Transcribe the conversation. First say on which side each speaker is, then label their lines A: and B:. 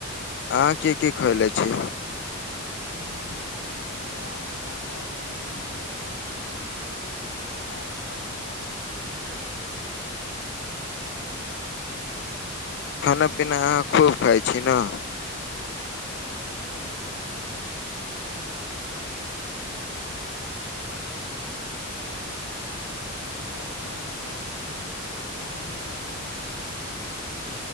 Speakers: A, on the left; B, on the left.
A: अहाँ की की खइले छी?
B: हमु खइले छी दालि, भात, आलू के भुजिया, चटनी, रोटी सलाद, पापड़, तिलौड़ी इहे सब खैले छि।
A: खाना पीना अहाँ खूब खाइ छी न।
B: जी हम खूब खाय छी। और कहै छी ने अहाँके खाना उना बनाय अबै छी।